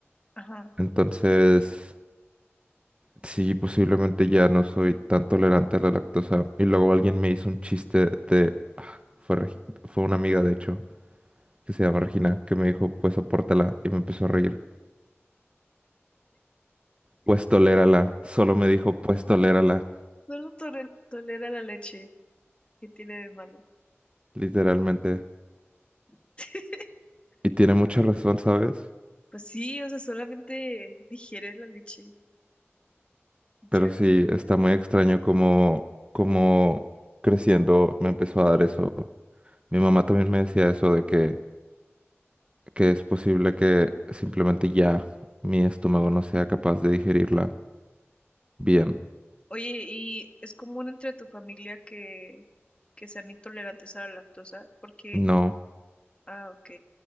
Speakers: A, on the left; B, on the right.
A: Ajá.
B: Entonces, sí, posiblemente ya no soy tan tolerante a la lactosa. Y luego alguien me hizo un chiste de... ah, Fue, Regi- fue una amiga, de hecho, que se llama Regina, que me dijo, pues sopórtala, y me empezó a reír. Pues tolérala, solo me dijo, pues tolérala,
A: Solo tore- tolera la leche. ¿Qué tiene de malo?
B: literalmente.
A: <laughs>
B: Y tiene mucha razón, ¿sabes?
A: Pues sí, o sea, solamente digiere la leche.
B: Pero
A: Ya.
B: sí, está muy extraño como, como creciendo me empezó a dar eso. Mi mamá también me decía eso de que, que es posible que simplemente ya mi estómago no sea capaz de digerirla bien.
A: Oye, ¿y es común entre tu familia que, que sean intolerantes a la lactosa? Porque,
B: No,
A: ah, ok,